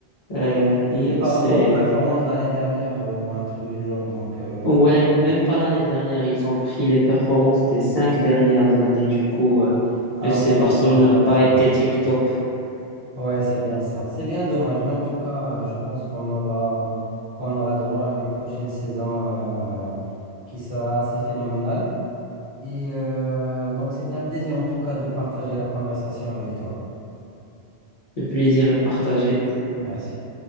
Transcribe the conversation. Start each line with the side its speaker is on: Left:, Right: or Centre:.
Left: euh,
Right: C'était
Left: il-
Right: par
Left: c'est
Right: rapport aux performances de l'année dernière ou un truc du genre. Donc, euh,
Left: Ouais, même pas l'année dernière, ils ont pris les performances des cinq dernières années. Du coup, euh,
Right: ah
Left: le FC
Right: ouais, donc
Left: Barcelone
Right: ça a impacté.
Left: n'a pas été
Right: Ouais,
Left: tip-top.
Right: Ouais, c'est bien ça. C'est bien dommage, mais en tout cas, euh, je pense qu'on aura, qu'on aura droit à une prochaine saison, euh, qui sera assez phénoménale. Et euh, donc, c'était un plaisir en tout cas de partager la conversation avec toi.
Left: Le plaisir est partagé.
Right: Merci.